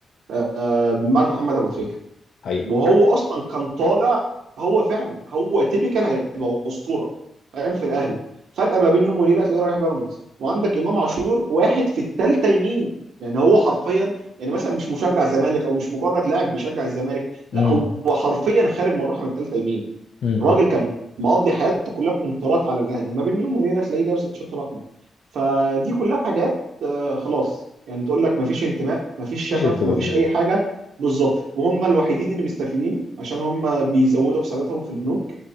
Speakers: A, on the right; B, on the left.
A: آه، بعد محمد ابو تريكه
B: حقيقه
A: وهو اصلا كان طالع هو فعلا هو تيبيكال هيبقى اسطوره فاهم في الاهلي فجاه ما بين يوم وليله تلاقيه رايح بيراميدز وعندك امام عاشور واحد في الثالثه يمين يعني هو حرفيا يعني مثلا مش مشجع زمالك او مش مجرد لاعب بيشجع الزمالك لا
B: امم
A: هو حرفيا خارج من رحم الثالثه يمين
B: امم
A: الراجل كان مقضي حياته كلها كونترات على الاهلي ما بين يوم وليله تلاقيه لابس التيشيرت الاحمر فدي كلها حاجات آه، خلاص يعني تقول لك مفيش انتماء مفيش شغف
B: مفيش انتباه
A: مفيش
B: بالظبط
A: اي حاجه بالظبط وهم الوحيدين اللي مستفيدين عشان هم بيزودوا حساباتهم في البنوك